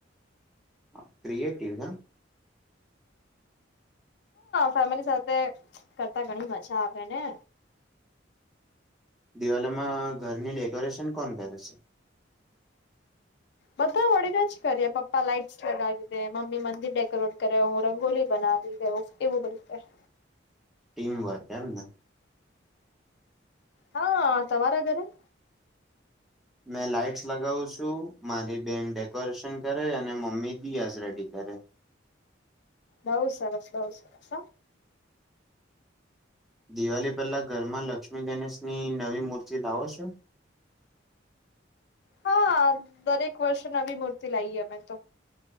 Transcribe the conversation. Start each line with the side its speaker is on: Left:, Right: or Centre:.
Centre: હ ક્રિએેટીવ
Left: ફેમિલી સાથે કરતા ઘણી મજા આવે ને.
Centre: દિવાળી માં ઘરની ડેકોરેશન કોણ કરે છે?
Left: બધા મળીને જ કરીએ પપ્પા લાઈટસ લગાવી દે મમ્મી મંદિર ડેકોરેટ કરે હું રંગોલી બનાવી દેઉ. એવું બધું-
Centre: ટીમવર્ક એમ ને-
Left: હા તમારા ઘરે
Centre: મેં લાાઈટ્સ લગાવું છું. મારી બેન ડેકોરેશન કરે અને મમ્મી દિયાસ રેડી કરે.
Left: બહું સરસ બહું સરસ
Centre: દિવાળી પહેલા ઘરમાં લક્ષ્મી ગણેશની નવી મૂર્તિ લાવો છો?
Left: હા દરેક વર્ષે નવી મૂર્તિ લાવીએ અમે.